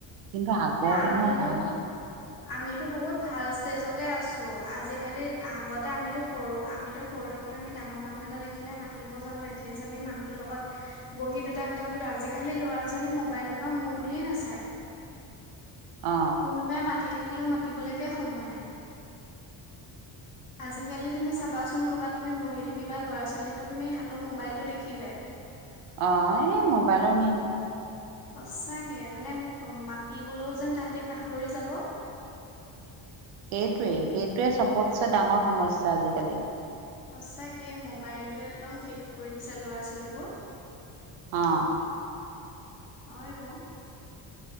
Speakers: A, on the right; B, on the left.
A: কিন্তু আগৰ
B: তে
A: দিনৰ
B: আমিতো
A: বাহ
B: আমিতো বহুত ভাল ষ্টেজতে আছো আজিকালি আগতে আমিতো সৰু আমিতো সৰু থাকোতে আমি ডাঙৰ মানুহ এটা দেখিলে মাতিবও জানো এটলিষ্ট আমি মানুহটোৰ লগত বহি দুটা কথা পাতো আজিকালি ল'ৰা-ছোৱালী মোবাইলটোৰ পৰা মূৰ তুলিয়ে নাচায়।
A: অ
B: কোনোবাই মাতি থাকিল মাতিবলৈকে সময় নাই আজিকালি তুমি চাবাচোন কবাত তুমি বহি থাকিবা, ল'ৰা ছোৱালীটো তুমি হাতত মবাইলতটো দেখিবায়েই।
A: অ', এই মোবাইলৰ মেইন।
B: সঁচাগে মানে মাতিবলৈও যেন তাহাঁতে পাহৰি যাব।
A: এইটোৱে এইটোৱে চবতচ্ছে ডাঙৰ সমস্যা আজিকালি।
B: সঁচাকে এই মোবাইলটো একদম শেষ কৰি দিছে ল'ৰা-ছোৱালীবোৰ।
A: অ'।
B: হয় অঔ,